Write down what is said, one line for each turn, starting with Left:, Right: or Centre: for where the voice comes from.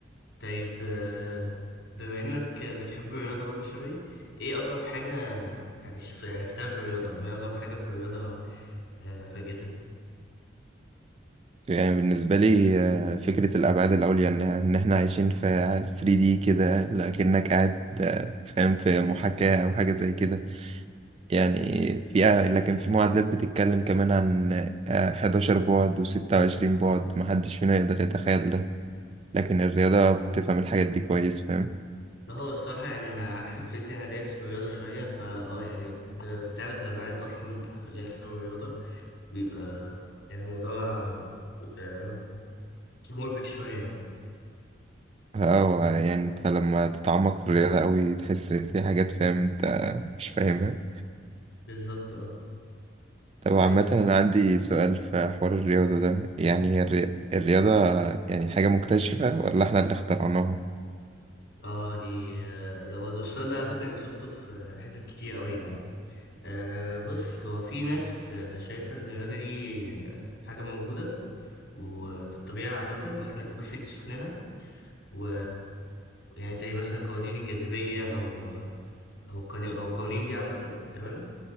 Left: طيب آه، بما إنك بتحب الرياضة برضه شبهي إيه أغرب حاجة عش- عرفتها في الرياضة وإيه أغرب حاجة في الرياضة آه، فاجئتك؟
Right: يعني بالنسبة لي آه، فكرة الأبعاد العليا إن إن إحنا عايشين في 3D كده لكنك قاعد آه، فاهم في محاكاة أو حاجة زي كده يعني في آه، لكن في معادلات بتتكلم كمان عن آه، 11 بعد و26 بعد محدش فينا يقدر يتخيل ده لكن الرياضة بتفهم الحاجات دي كويس فاهم
Left: لا هو الصراحة يعني أنا عكس الفيزياء أنا دايس في الرياضة شوية فا أه يعني بت- بتعرف الأبعاد أصلا في اللي يحصل في الرياضة بيبقى يعني الموضوع آه، مربك شوية يعني
Right: اه يعني انت لما تتعمق في الرياضة أوي تحس في حاجات فاهم انت مش فاهمها
Left: بالظبط أه
Right: طب عامة
Left: طيب
Right: أنا عندي سؤال في حوار الرياضة ده يعني
Left: مم.
Right: هي الري- الرياضة يعني حاجة مكتشفة ولا احنا اللي اخترعناها؟
Left: اه دي آه، هو ده السؤال ده على فكرة أنا شفته في آه، حتت كتير أوي يعني أه بص هو في ناس آه، شايفة إن الرياضة دي آه، حاجة موجودة وفي الطبيعة عامة وإحنا بس اكتشفناها و يعني زي مثلا قوانين الجاذبية أو آه، أو قوانين أو القوانين دي عامة تمام